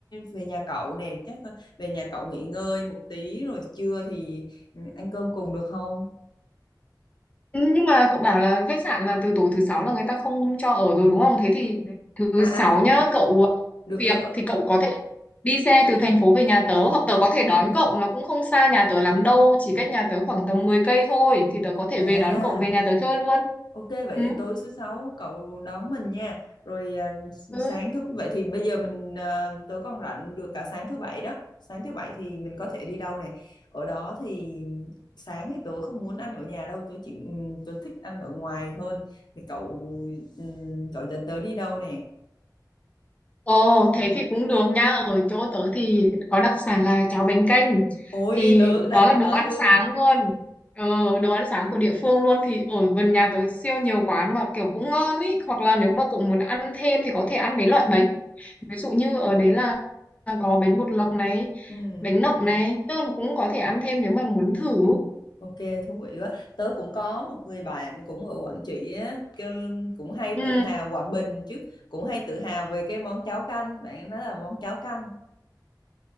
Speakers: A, on the left (about 75°); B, on the left (about 20°).
A: về nhà cậu nè, chắc là về nhà cậu nghỉ ngơi một tí rồi trưa thì ừ, ăn cơm cùng được không?
B: Ừ, Nhưng mà cậu bảo là khách sạn là từ tối thứ sáu là người ta không cho ở rồi đúng không? Thế thì thứ
A: À
B: sáu
A: à,
B: nhá, cậu ờ,
A: được
B: việc
A: được.
B: thì cậu có thể đi xe từ thành phố về nhà tớ hoặc tớ có thể đón cậu, nó cũng không xa nhà tớ lắm đâu, chỉ cách nhà tớ khoảng tầm 10 cây thôi thì tớ có thể
A: À
B: về đón cậu về nhà tớ chơi luôn.
A: Ok vậy
B: Ừ.
A: tối thứ sáu cậu đón mình nha. Rồi à,
B: Ừ.
A: sáng thứ vậy thì bây giờ mình à, tớ còn rảnh được cả sáng thứ bảy đó. Sáng thứ bảy thì mình có thể đi đâu này. Ở đó thì sáng thì tớ không muốn ăn ở nhà đâu, tớ chỉ ừm, tớ thích ăn ở ngoài hơn. Thì cậu ừm, cậu dẫn tớ đi đâu nè?
B: Ồ, thế thì cũng được nha. Ở chỗ tớ thì có đặc sản là cháo bánh canh.
A: Ôi
B: Thì
A: tớ
B: đó
A: đang
B: là
A: định
B: đồ
A: nói
B: ăn
A: luôn.
B: sáng luôn. Ờ, đồ ăn sáng của địa phương luôn. Thì ở gần nhà tớ siêu nhiều quán mà kiểu cũng ngon ý. Hoặc là nếu mà cậu muốn ăn thêm thì có thể ăn mấy loại bánh. Ví dụ như ở đấy là là có bánh bột lọc này,
A: Ừ.
B: bánh nậm này. Tức là cũng có thể ăn thêm nếu mà muốn thử.
A: Ok, thú vị quá. Tớ cũng có một người bạn cũng ở Quảng Trị á, kêu cũng hay tự
B: Ừ.
A: hào Quảng Bình chứ, cũng hay tự hào về cái món cháo canh, bạn ấy nói là món cháo canh.